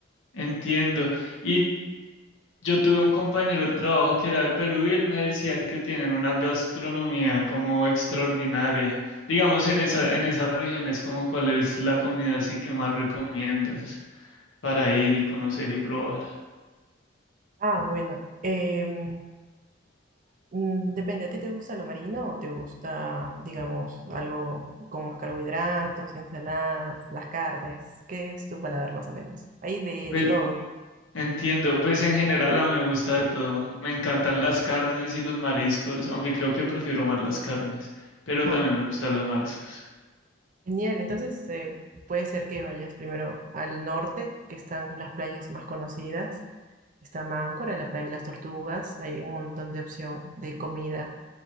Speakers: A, on the left (about 75°); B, on the right (about 40°).
A: entiendo. Y yo tuve un compañero de trabajo que era de Perú y él me decía que tienen una gastronomía como extraordinaria. Digamos, en esa, en esas regiones, como cuál es la comida así que más recomiendas. para ir y conocer y probar.
B: Ah, bueno, em, mm, depende, ¿a ti te gusta lo marino o te gusta, digamos, algo con más carbohidratos, ensaladas, las carnes? ¿Qué es tu paladar más o menos? Hay de,
A: Pues
B: de todo.
A: entiendo, pues en general a mí me gusta de todo. Me encantan las carnes y los mariscos, aunque creo que prefiero más las carnes, pero
B: Ah.
A: también me gustan los mariscos.
B: Genial, entonces eh, puede ser que vayas primero al norte, que están las playas más conocidas. Está Máncora, la playa de las tortugas, hay un montón de opción de comida,